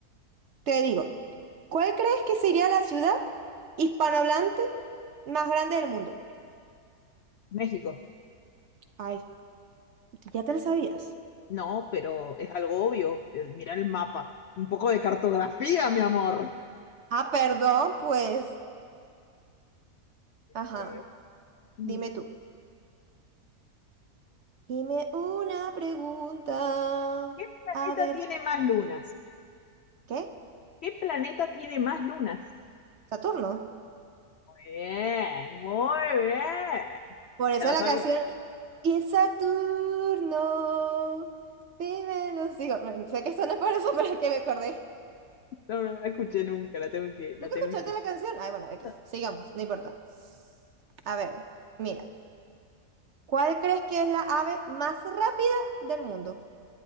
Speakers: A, on the right; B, on the left.
A: Te digo, ¿cuál crees que sería la ciudad hispanohablante más grande del mundo?
B: México.
A: Ay, ya te lo sabías.
B: No, pero es algo obvio. eh, Mirá el mapa. Un poco de cartografía, mi amor.
A: Ah, perdón, pues, ajá,
B: Mira, a ver. Mm,
A: dime tú. Dime una pregunta,
B: ¿Qué planeta
A: a ver,
B: tiene
A: si-
B: más lunas?
A: ¿qué?
B: ¿Qué planeta tiene más lunas?
A: ¿Saturno?
B: bien, muy bien.
A: Por eso
B: Ya la
A: la
B: sabía.
A: canción Y Saturno, vive en los hijos. Bueno, Sé que esto no es por eso, <laughs> pero es que me acordé.
B: No, no la escuché nunca, la tengo que,
A: ¿Nunca
B: la tengo
A: escuchaste
B: que escuchar.
A: la canción? Ay, bueno, aquí,
B: La
A: sigamos, no importa. A ver, mira, ¿cuál crees que es la ave más rápida del mundo?